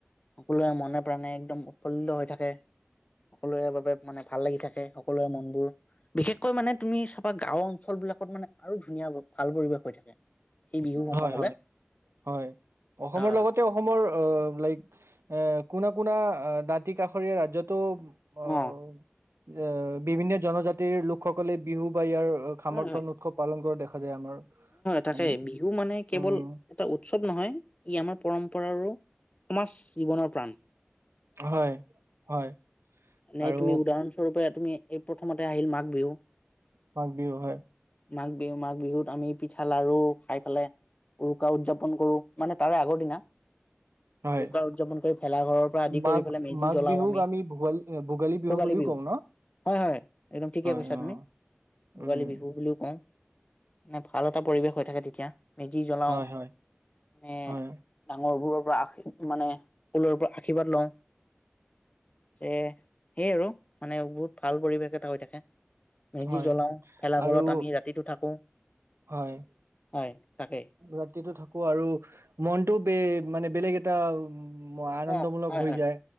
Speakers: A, on the left; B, on the right.
A: সকলোৰে মনে প্ৰাণে একদম উৎফুল্ল হৈ থাকে সকলোৰে বাবে মানে ভাল লাগি থাকে সকলোৰে মন বোৰ, বিশেষকৈ মানে তুমি চাবা গাঁওৰ অঞ্চল বিলাকত মানে আৰু ধুনীয়া ভাল পৰিবেশ হৈ থাকে, এই বিহু সমূহ
B: হয়, হয়,
A: হ'লে।
B: হয় অসমৰ
A: আহ
B: লগতে অসমৰ মৰ অ লাইক অঁ কুনা কুনা দাঁতি কাষৰীয়া ৰাজ্যতো অঁ।
A: অ
B: এ বিভিন্ন জনজাতিৰ লোকসকলে বিহু বা ইয়াৰ সামৰ্থন
A: হয় হয়
B: উৎসৱ পালন কৰা দেখা দেখা যায় আমাৰ। <inaudible>
A: তাকেই, বিহু মানে
B: উম
A: কেৱল এটা উৎসৱ নহয় ই আমাৰ পৰম্পৰা ম্পৰাৰো, সমাজ জীৱনৰ প্ৰাণ।
B: হয় হয়।
A: এনেই
B: আৰু
A: তুমি উদাহৰণস্বৰূপে তুমি এই প্ৰথমতে আহিল মাঘ বিহু।
B: মাঘ বিহু হয়।
A: মাঘ বিহু- মাঘ বিহুত আমি পিঠা লাৰু খাই পালে উৰুকা উদযাপন কৰো মানে তাৰে আগৰ দিনা
B: হয়
A: উৰুকা উদযাপন কৰি ভেলা ঘৰৰ পৰা আদি
B: মাঘ
A: কৰি পেলাই মেজি
B: মাঘ
A: জ্বলাও
B: বিহুক
A: আমি।
B: ভোগালী
A: ভোগালী
B: বুলিও
A: বিহু,
B: কওঁ ন
A: হয়- হয় একদম ঠিকে
B: হয়
A: কৈছা
B: অ
A: তুমি, ভোগালী
B: উম
A: বিহু বুলিও কওঁ। মানে ভাল এটা পৰিৱেশ হৈ থাকে তেতিয়া। মেজি জ্বলাওঁ,
B: হয় হয়
A: মানে
B: হয়
A: ডাঙৰবোৰৰ পৰা আশ মানে কলৰ পৰা আশীৰ্বাদ লয়। এ সেই আৰু মানে বহুত ভাল পৰিৱেশ এটা হৈ থাকে। মেজি
B: হয়
A: জ্বলাও ভেলাঘৰত
B: আৰু
A: আমি ৰাতিটো থাকো
B: হয়
A: হয় তাকেই
B: ৰাতিটো থাকো আৰু মনটো বে মানে বেলেগ এটা আনন্দমূলক
A: অঁ হয়
B: হৈ
A: হয়-
B: যায়